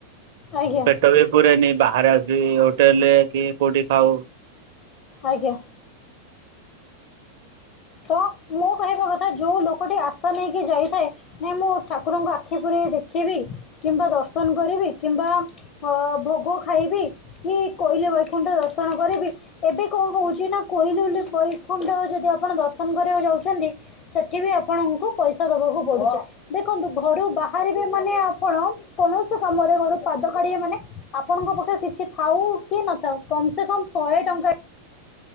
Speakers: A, on the left; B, on the right.
A: ଆଜ୍ଞା
B: ପେଟ ବି ପୁରରେ ବାହାରେ ଆସିବି ହୋଟେଲରେ କି କୋଉଠି ଖାଉ
A: ଆଜ୍ଞା ତ ମୁଁ କହିବା କଥା ଯୋଉ ଲୋକଟି ଆସ୍ଥା ନେଇକି ଯାଇଥାଏ ନାଇଁ ମୁଁ ଠାକୁରଙ୍କୁ ଆଖି ପୁରେଇ ଦେଖିବି କିମ୍ବା ଦର୍ଶନ କରିବି କିମ୍ବା ଅ ଭୋଗ ଖାଇବି କି କୋଇଲି ବୈକୁଣ୍ଠ ଦର୍ଶନ କରିବି ଏବେ କଁ କହୁଛି ନା କୋଇଲି ବୋଲି ବୈକୁଣ୍ଠ ଯଦି ଆପଣ ଦର୍ଶ୍ ସନ୍ କରିବାକୁ ଯାଉଛନ୍ତି ସେଠି ବି ଆପଣଙ୍କୁ ପଇସା ଦବାକୁ ପଡ଼ୁଛି ଦେଖନ୍ତୁ ଘରୁ ବା ହାରିବେ ମାନେ ଆପଣ କୌଣସି କାମରେ ଘରୁ ପାଦ କାଢ଼ିବେ ମାନେ ଆପଣଙ୍କ ପାଖରେ କିଛି ଥାଉ କି ନଥାଉ କମ ସେ କମ ଶହେ ଟଙ୍କା